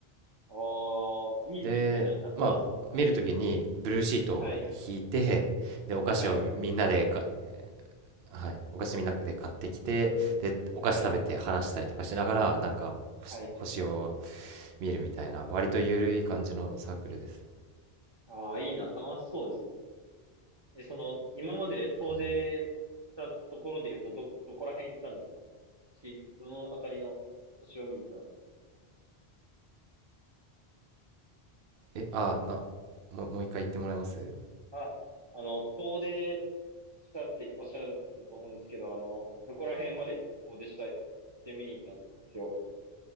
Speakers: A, on the right; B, on the right.
A: おー、いいですね。
B: で、
A: なんか楽しそう。
B: まあ見るときにブルーシートを引いて、
A: はい。はい。
B: でお菓子をみんなでか
A: はい。
B: はい、お菓子みんなで買ってきてでお菓子食べて話したりとかしながらなんか星、
A: はい。はい。
B: 星を見るみたいな割とゆるい感じのサークルです、
A: ああ、いいな。楽しそうですね。え、その、今まで遠出したところで言うと、
B: うん、
A: ど、どこら辺行ったんですかし、どのあたりの星を見に行ったんですか
B: えあなもう、もう一回言ってもらえます
A: あ、あの、遠出したっておっしゃったと思うんですけど、あの、どこら辺まで遠出したいって見に行ったんですか、発表。